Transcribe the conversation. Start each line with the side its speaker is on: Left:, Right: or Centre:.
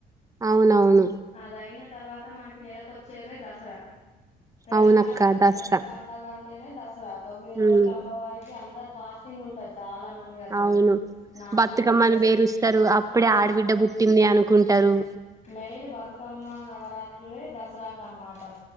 Right: అవునవును
Left: అదయిన తర్వాత మనకి నెలకొచ్చేదే దసరా తెలంగాణలో
Right: అవునక్క దసరా
Left: పెద్ద పండగ అం టే నే దసరా తొమ్మిది రోజులు
Right: ఉమ్
Left: అమ్మవారికి అందరు ఫాస్టింగ్ ఉంటారు చాలా మం ది అసలు
Right: అవును
Left: నాన్
Right: బతుకమ్మని
Left: వెెజ
Right: పేరుస్తారు అప్పుడే
Left: బతుకమ్మ్
Right: ఆడబిడ్డ పుట్టింది అనుకుంటారు
Left: మెయిన్ బతుకమ్మ నవరాత్రులే దసరాకు అనమాట